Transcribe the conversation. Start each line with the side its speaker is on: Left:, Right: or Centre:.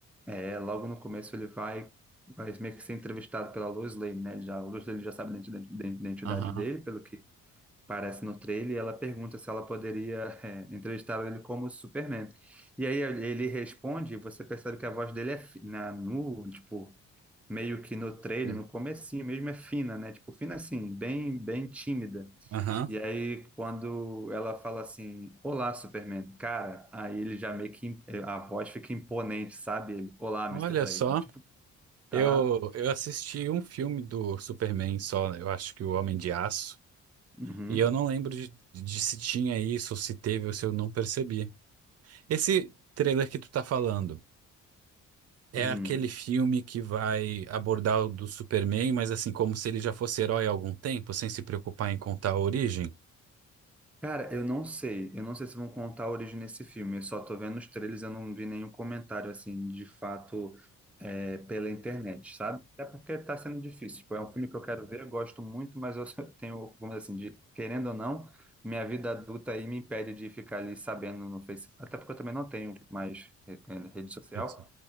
Centre: é, logo no começo ele vai, vai meio que ser entrevistado pela Lois Lane, né? Ele Já, a Lois Lane já sabe da identi- da identidade
Right: Aham.
Centre: dele, pelo que parece no trailer, e ela pergunta se ela poderia, é, entrevistar ele como Superman. E aí ele responde, e você percebe que a voz dele é fi- na, no, tipo, meio que no trailer,
Right: Hum.
Centre: no comecinho mesmo, é fina, né? Tipo, fina assim, bem, bem tímida.
Right: Aham.
Centre: E aí, quando ela fala assim, Olá, Superman, cara, aí ele já meio que, a voz fica imponente, sabe? Ele, Olá,
Right: Olha
Centre: mister Lane.
Right: só.
Centre: Tipo, tá,
Right: Eu, eu assisti um filme do Superman só, eu acho que o Homem de Aço,
Centre: uhum,
Right: e eu não lembro de, de se tinha isso, ou se teve, ou se eu não percebi. Esse trailer que tu tá falando. É
Centre: uhum.
Right: aquele filme que vai abordar o do Superman, mas assim, como se ele já fosse herói há algum tempo, sem se preocupar em contar a origem?
Centre: Cara, eu não sei. Eu não sei se vão contar a origem desse filme. Eu só tô vendo os trailers, eu não vi nenhum comentário, assim, de fato, é, pela internet, sabe? Até porque tá sendo difícil. Tipo, é um filme que eu quero ver, eu gosto muito, mas eu <laughs> só tenho, vamos dizer assim, de, querendo ou não, minha vida adulta aí me impede de ficar ali sabendo no Facebook. Até porque eu também não tenho mais re- eh, rede social,
Right: Isso.